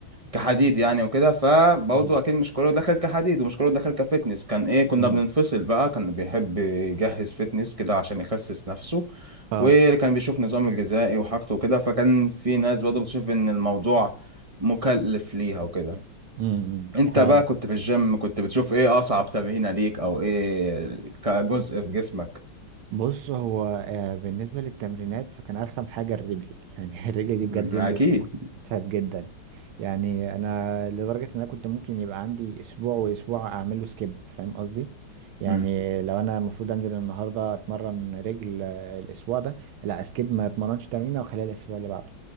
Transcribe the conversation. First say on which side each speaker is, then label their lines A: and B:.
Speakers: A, on the right (about 30°); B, on the right (about 85°).
A: كحديد يعني وكده فبرضه
B: امم
A: اكيد مش كله دخل كحديد ومش كله دخل كفتنس كان ايه كنا
B: امم
A: بننفصل بقى كان بيحب يجهز فتنس كده عشان يخسس نفسه
B: اه
A: واللي كان بيشوف نظام الغذائي وحاجته وكده فكان في ناس برضه بتشوف ان الموضوع مكلف ليها وكده
B: امم
A: انت
B: آه.
A: بقى كنت في الجيم كنت بتشوف ايه اصعب تمرينه ليك او ايه كجزء في جسمك
B: بص هو آه بالنسبه للتمرينات فكان ارخم حاجه الرجل يعني <laughs> الرجل دي بجد
A: مم،
B: يوم
A: اكيد
B: بيبقى متعب جدا يعني انا لدرجه ان انا كنت ممكن يبقى عندي اسبوع واسبوع اعمل له سكيب فاهم قصدي يعني
A: مم،
B: لو انا المفروض انزل النهارده اتمرن رجل آه، الاسبوع ده لا اسكيب ما اتمرنش تمرينه واخليها الاسبوع اللي بعده